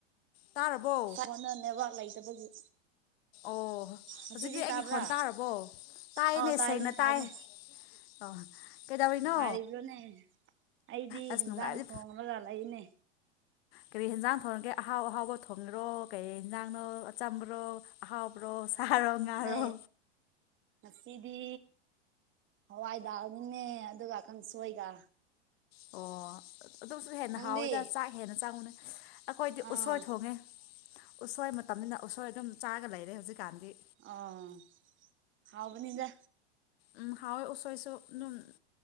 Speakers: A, on the left; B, on the right.
A: ꯇꯥꯔꯕꯣ
B: ꯃꯅ ꯅꯦꯠꯋꯥꯛ ꯂꯩꯇꯕꯒꯤ
A: ꯑꯣꯣ ꯍꯧꯖꯤꯛꯇꯤ
B: ꯉꯁꯤꯗꯤ
A: ꯑꯩꯒꯤ
B: ꯇꯥꯕ꯭ꯔꯥ
A: ꯈꯣꯟ ꯇꯥꯔꯕꯣ ꯇꯥꯏꯌꯦꯅꯦ
B: ꯑꯣ ꯇꯥꯏꯅꯦ
A: ꯁꯦꯡꯅ
B: ꯇꯥꯏꯅꯦ
A: ꯇꯥꯏ ꯑꯣ ꯀꯩꯗꯧꯔꯤꯅꯣ
B: ꯅꯨꯡꯉꯥꯏꯔꯤꯕ꯭ꯔꯣꯅꯦ ꯑꯩꯗꯤ
A: ꯑꯁ
B: ꯌꯦꯟꯖꯥꯡ
A: ꯅꯨꯡꯉꯥꯏꯔꯤ
B: ꯊꯣꯡꯂꯒ ꯂꯩꯅꯦ
A: ꯀꯔꯤ ꯍꯟꯖꯥꯡ ꯊꯣꯡꯒꯦ ꯑꯍꯥꯎ ꯑꯍꯥꯎꯕ ꯊꯣꯡꯉꯔꯣ ꯀꯔꯤ ꯌꯦꯟꯖꯥꯡꯅꯣ ꯑ ꯆꯝꯕ꯭ꯔꯣ ꯑꯍꯥꯎꯕ꯭ꯔꯣ ꯁꯥꯔꯣ ꯉꯥꯔꯣ
B: ꯅ ꯃꯗꯤ ꯍꯥꯏꯗꯅꯤꯟꯅꯦ ꯑꯗꯨꯒ ꯀꯟꯁꯨꯣꯏꯒ
A: ꯑꯣ ꯑꯗꯨꯝꯁꯨ ꯍꯦꯟꯅ
B: ꯅꯪꯗꯤ
A: ꯍꯥꯎꯋꯦꯗ ꯆꯥꯛ ꯍꯦꯟꯅ ꯆꯪꯉꯨꯅꯦ ꯑꯩꯈꯣꯏꯗꯤ
B: ꯑꯥ
A: ꯎꯁꯣꯏ ꯊꯣꯡꯉꯦ ꯎꯁꯣꯏ ꯃꯇꯝꯅꯤꯅ ꯎꯁꯣꯏ ꯑꯗꯨꯝ ꯆꯥꯒ ꯂꯩꯔꯦ ꯍꯧꯖꯤꯛꯀꯥꯟꯗꯤ
B: ꯑꯣ ꯍꯥꯎꯕꯅꯤꯗ
A: ꯎꯝ ꯍꯥꯎꯣꯏ ꯎꯁꯣꯏꯁꯨ ꯑꯗꯨꯝ